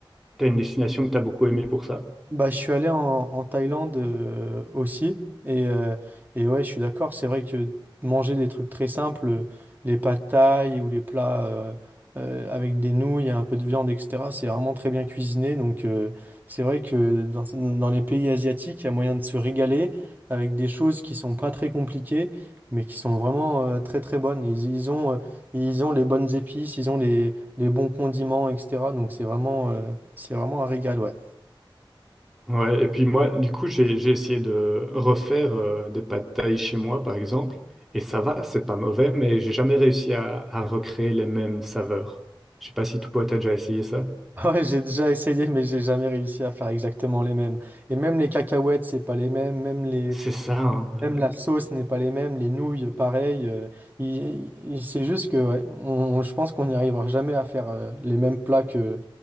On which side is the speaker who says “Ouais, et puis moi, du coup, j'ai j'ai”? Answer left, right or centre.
Centre